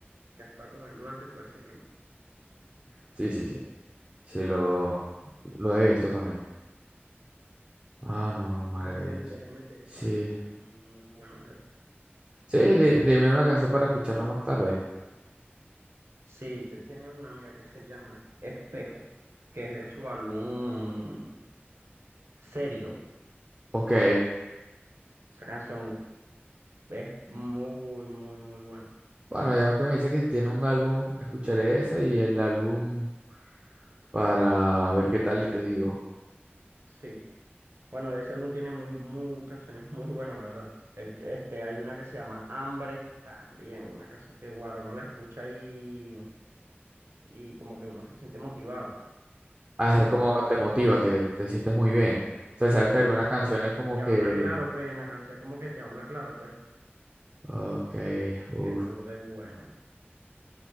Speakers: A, on the right; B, on the right.
A: que ha estado con él durante todo ese tiempo.
B: Sí, sí, sí. Sí, lo, lo he visto también. Ah, no, maravilloso.
A: Déjame, déjame te
B: Sí.
A: digo una canción muy, muy buena de él
B: Sí,
A: para
B: di-
A: que la escu-
B: dime una canción para escucharla más tarde.
A: Sí, él tiene una, mira, que se llama Espejo, que es de su álbum Serio.
B: Ok.
A: Esa canción Es muy, muy, muy buena.
B: Bueno, ya que me dice que tiene un álbum, escucharé esa y el álbum para ver qué tal y te digo.
A: Sí. Bueno, de ese álbum tiene muy, muy canciones <laughs> muy buenas, la verdad. El, este, hay una que se llama Hambre, también, una canción que guara, uno la escucha y, y como que uno se siente motivado, esa
B: Ah,
A: canción.
B: es como te motiva, te, te sientes muy bien. O sea, sabes
A: Sí,
B: que algunas
A: como
B: canciones
A: que
B: como
A: te habla
B: que,
A: claro, pues en la canción como que te habla claro, pues.
B: ok, uff,
A: Y es burde buena.